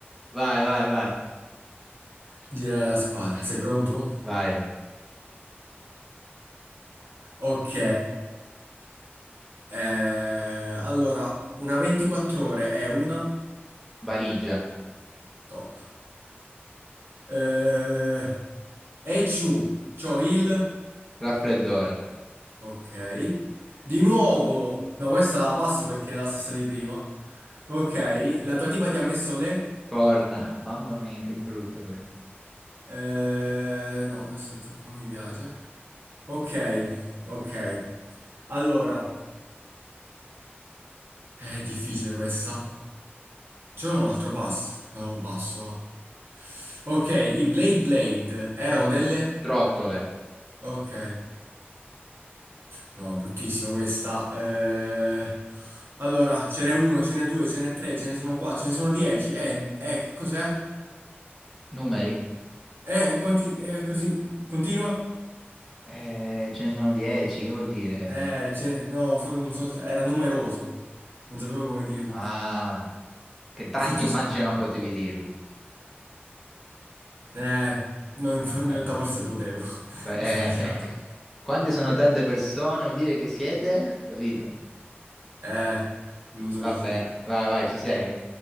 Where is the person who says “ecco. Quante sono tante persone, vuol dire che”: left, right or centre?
Centre